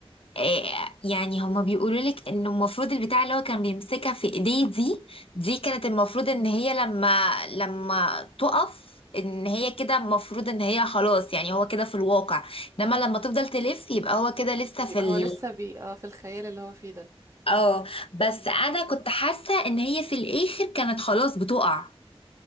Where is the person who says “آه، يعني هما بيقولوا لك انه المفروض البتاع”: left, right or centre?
Left